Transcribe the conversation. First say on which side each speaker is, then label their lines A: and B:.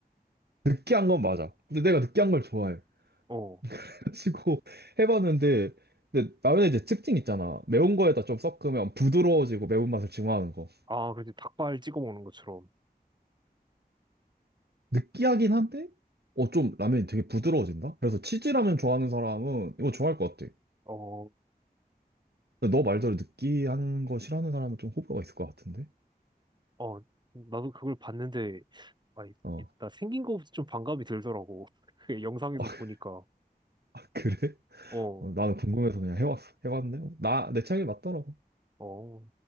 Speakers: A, on the right (about 80°); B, on the right (about 25°).
A: 느끼한 건 맞아. 근데 내가 느끼한 걸 좋아해.
B: 어.
A: <laughs> 그래가지고 해봤는데, 근데 라면에 이제 특징 있잖아. 매운 거에다 좀 섞으면 부드러워지고 매운맛을 증화하는 거.
B: 아, 그치. 닭발 찍어 먹는 것처럼.
A: 느끼하긴 한데, 어, 좀 라면이 되게 부드러워진다? 그래서 치즈라면 좋아하는 사람은 이거 좋아할 것 같아.
B: 어.
A: 근데 너 말대로 느끼한 거 싫어하는 사람은 좀 호불호가 있을 것 같은데?
B: 어, 나도 그걸 봤는데, 아, 이-
A: 어.
B: 이- 나 생긴 거부터 좀 반감이 들더라고. <laughs> 그 영상에서
A: <laughs>
B: 보니까.
A: 아, 그래?
B: 어,
A: 어, 나는 궁금해서 그냥 해왔어. 해봤는데, 어, 나, 내 취향이 맞더라고.
B: 어,